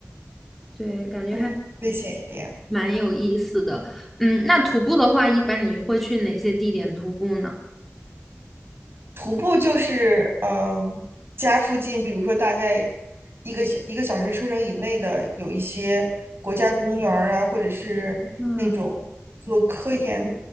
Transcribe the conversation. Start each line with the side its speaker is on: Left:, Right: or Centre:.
Centre: 对，感觉还
Right: 嗯，危险一点。
Centre: 蛮有意思的。嗯，那徒步的话，一般你会去哪些地点徒步呢？
Right: 徒步就是嗯、呃家附近，比如说大概一个小一个小时车程以内的，有一些国家公园儿啊，或者是那种做科研，
Centre: 嗯。